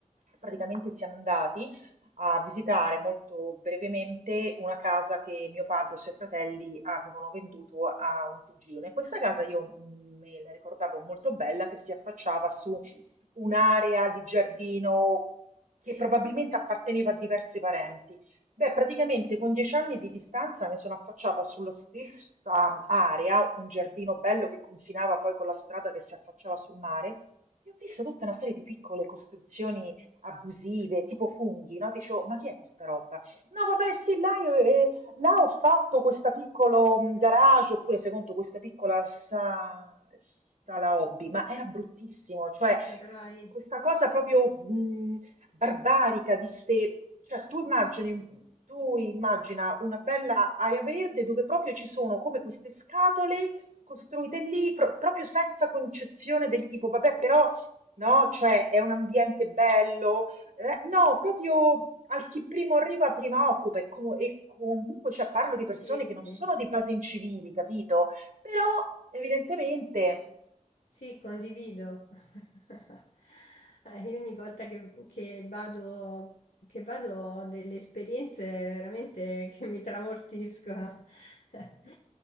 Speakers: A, on the right; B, on the left.
A: praticamente siamo andati a visitare molto brevemente una casa che mio padre e i suoi fratelli avevano venduto a un cugino. In questa casa io mh, me la ricordavo molto bella, che si affacciava su un'area di giardino che probabilmente apparteneva a diversi parenti. Beh, praticamente con dieci anni di distanza mi sono affacciata sulla stessa area, un giardino bello che confinava poi con la strada che si affacciava sul mare, e ho visto tutta una serie di piccole costruzioni abusive, tipo funghi, no? Dicevo, ma chi è questa roba? No, vabbè, sì, là, io, eh, là ho fatto questo piccolo mm, garage, oppure fai conto questa piccola sa- sala hobby, ma era bruttissimo, cioè
B: Dai,
A: questa cosa proprio mm, barbarica di ste... Cioè, tu immagini, un- tu immagina una bella area verde dove proprio ci sono come queste scatole costruite lì, pro- proprio senza concezione del tipo, vabbè, però no? Cioè è un ambiente bello, eh, no, proprio al chi primo arriva, prima occupa e, co- e comunque cioè, parlo di persone
B: sì,
A: che non
B: sì.
A: sono di base incivili, capito? Però evidentemente,
B: Sì, condivido. <laughs> Eh, Io ogni volta che, che vado, che vado ho delle esperienze veramente che mi tramortiscono. <laughs>